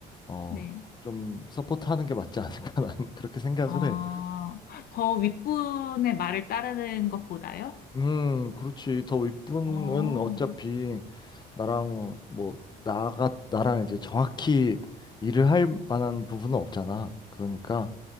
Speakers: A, on the left; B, on the left.
A: 어,
B: 네.
A: 좀 서포트하는 게 맞지 않을까 <laughs> 나는 그렇게 생각을
B: 아,
A: 해.
B: 더 윗분의 말을 따르는 것보다요?
A: 음, 그렇지. 더 윗분은
B: 어,
A: 어차피 나랑 뭐 나가 나랑 이제 정확히 일을 할 만한 부분은 없잖아. 그러니까